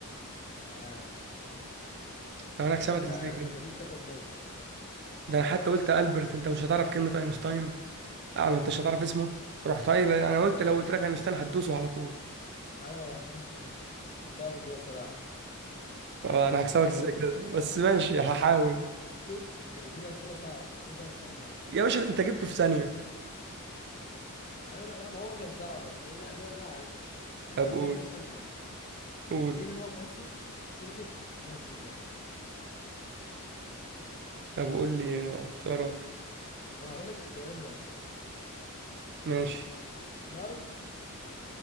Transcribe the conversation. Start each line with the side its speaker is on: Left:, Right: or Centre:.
Left: عاش
Right: طب انا هكسبك
Left: مش ه...
Right: ازاي كده
Left: مش هخليك تاخد نقطه
Right: ده انا حتى قلت البرت انت مش هتعرف كلمه اينشتاين اه ما انتش هتعرف اسمه رحت قايل انا
Left: <laughs>
Right: قلت لو قلت لك اينشتاين هتدوسه على طول
Left: اه <laughs> كنت هعمل كده بصراحه
Right: طب انا هكسبك
Left: سؤالي
Right: ازاي كده بس ماشي هحاول
Left: بس شوف انت بتجيب اسئله صعب خد بقى السؤال ده
Right: يا باشا ده انت جبته في ثانيه
Left: هقول لا ما هو كان صعب بس لولا لولا ان انا عارفها بس
Right: طب
Left: هقول
Right: قول
Left: لك انا سؤال حلو
Right: قول
Left: مين هو مؤسس شركة مايكروسوفت
Right: طب قول لي اختيارات
Left: وهقول لك اختيارين بس
Right: ماشي
Left: مارك